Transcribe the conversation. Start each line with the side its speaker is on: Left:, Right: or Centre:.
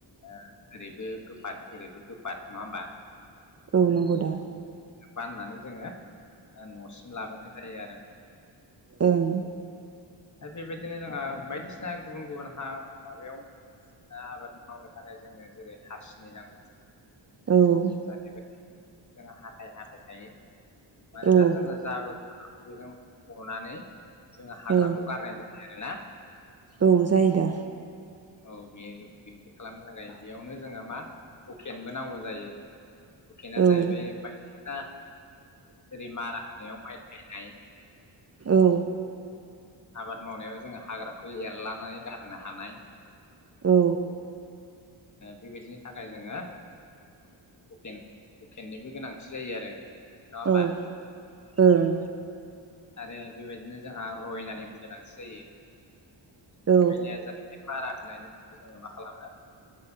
Left: ओ ओरैबो गोफाद ओरैबो गोफाद नङा होमबा
Right: औ नंगौ दा
Left: बाननानै जोङो न'सिम लाबोनाय जायो आरो
Right: ओं
Left: आरो बेबायदिनो जोंहा बायदिसिना गुबुन गुबुन हा माबायाव आबाद माव मावनो थाखाय जोंनो जेरै हासिनि नांगौ
Right: औ
Left: बेबायदि जोंङो हाथाय हाथाय थायो मानोना
Right: औ
Left: जोङो जाबोर बेजों हनानै जोङो हाग्राखौ
Right: ओं
Left: गारनाय जायो आरोना
Right: औ जायो दा
Left: औ बे बिनिदि खालामनो थाखाय बेयावनो जोंहा मा हुकेनबो नांगौ जायो हुखेना
Right: औ
Left: जाहैबाय बायखोन्दा जेरै मारा हानायायाव माइ गायनाय
Right: औ
Left: आबाद मावनायाव जोङो हाग्राखौ एरलानानै गारो हानाय
Right: औ।
Left: बेबायदिनि थाखाय जोङो हुकेन हुकेननिबो गोनांथि जायो आरो नङा होमबा
Right: औ ओं।
Left: आरो बेबायदिनो जोंहा रहनानैबो गोनांथि जायो।
Right: औ
Left: रयया जाहै मारा होनायनि उनाव जोङो मा खालामो।